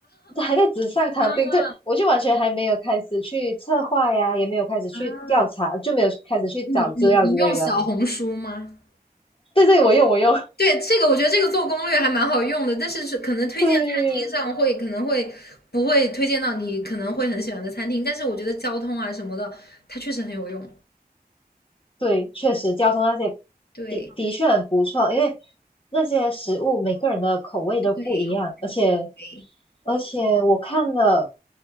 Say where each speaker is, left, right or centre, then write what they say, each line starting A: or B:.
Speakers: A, on the left (about 35°); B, on the left (about 75°).
A: 这还在纸上谈兵，
B: <laughs> 啊
A: 对，我就完全还没有开始去策划呀，也没有开始去调查，
B: 啊，
A: 就没有开始去找资料之类的。
B: 你你你用小红书吗？
A: 对对，我用我用，
B: 对，这个我觉得这个做攻略还蛮好用的，但是是可能推荐餐厅上会可能会不会推荐到你可能会很喜欢的餐厅，
A: <laughs> 对
B: 但是我觉得交通啊什么的，它确实很有用。
A: 对，确实交通那些
B: 对
A: 的的确很不错，因为那些食物每个人的口味都不一样，
B: 对
A: 而且
B: 对，
A: 而且我看了，